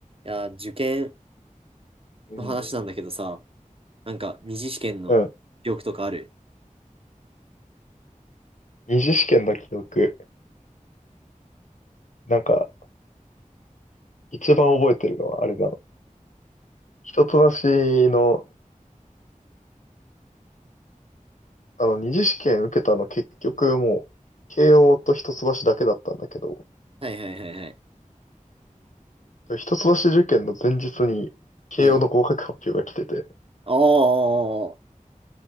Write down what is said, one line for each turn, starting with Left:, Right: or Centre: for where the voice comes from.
Right: いや、受験
Left: うん。
Right: の話なんだけどさ、なんか二次試験の記憶とかある
Left: うん二次試験の記憶。なんか、一番覚えてるのはあれだな。一橋の、あの、二次試験受けたの結局もう、慶応と一橋だけだったんだけど、
Right: はいはいはいはい。
Left: 一橋受験の前日に慶応の合格発表が来てて、
Right: うん。ああ、